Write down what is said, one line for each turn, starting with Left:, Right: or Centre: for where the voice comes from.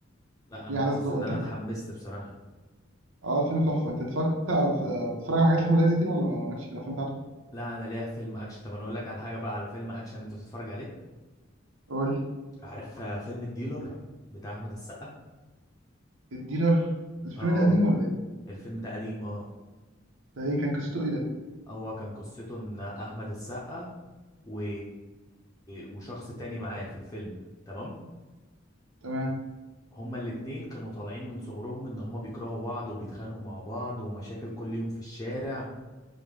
Left: لا
Right: في
Left: انا حاسس
Right: احداث جوه
Left: ان
Right: انت
Left: انا
Right: بت-
Left: اتحمست بصراحة
Right: اه الفيلم تحفه انت اتفرجت على- بتتفرج على حاجات احمد عز كتير ولا مالكش في الافلام بتاعته؟
Left: لا انا ليا في فيلم اكشن طب انا اقول لك على حاجة بقى على فيلم اكشن انت تتفرج عليه
Right: قول لي.
Left: عارف آه، فيلم الديلر بتاع احمد السقا
Right: الديلر الفيلم
Left: اه
Right: ده قديم ولا ايه؟
Left: الفيلم ده قديم اه
Right: ده ايه كان قصته ايه ده؟
Left: هو كان قصته ان احمد السقا و... وشخص تاني معاه في الفيلم تمام
Right: تمام
Left: هما الاتنين كانوا طالعين من صغرهم ان هما بيكرهوا بعض وبيتخانقوا مع بعض ومشاكل كل يوم في الشارع